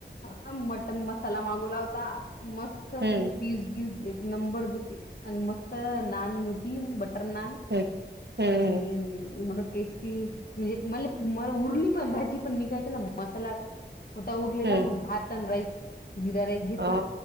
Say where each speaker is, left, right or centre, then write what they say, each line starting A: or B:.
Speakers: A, on the left (about 55°); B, on the right (about 70°).
A: ह बटन मसाला मागवला होता मस्त
B: हम्म
A: सगळे पीजी एक नंबर होते आणि मस्त नान होती बटर नान.
B: हम्म हम्म
A: आणिडं. टेस्टी म्हणजे म मला उरली पण भाजी पण मी काय केलं मसाला होता उरलेला
B: हम्म हम्म
A: मग भात आणि राईस गिरा राईस घेतला
B: अ